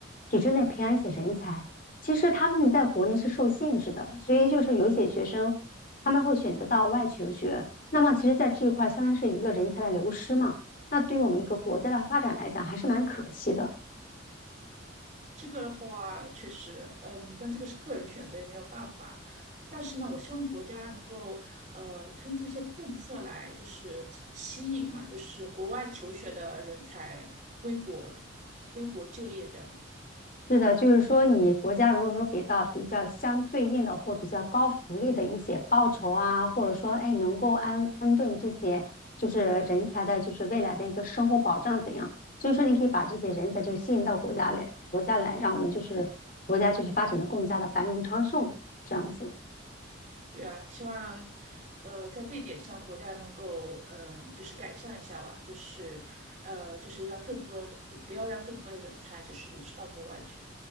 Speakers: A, on the left (about 45°); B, on the right (about 35°).
A: 体制内培养一些人才，其实他们在国内是受限制的，所以就是有一些学生他们会选择到外求学，那么其实在这一块相当于是一个人才的流失嘛。那对于我们一个国家的发展来讲，还是蛮可惜的。
B: 这个的话，确实，嗯，但这个是个人选择，也没有办法。但是呢，我希望国家能够呃推出一些政策来，就是吸引嘛，就是国外求学的人才归国归国就业这样子。
A: 是的，就是说，你国家如果说给到比较相对应的或比较高福利的一些报酬啊，或者说，哎，能够安安顿这些就是人才的，就是未来的一个生活保障怎样？所以说，你可以把这些人才就吸引到国家来，国家来，让我们就是国家就是发展的更加的繁荣昌盛，这样子。
B: 对啊，希望，呃，在这一点上，国家能够，呃，就是改善一下吧，就是，呃，就是让更多，不要让更多的人才就是流失到国外去。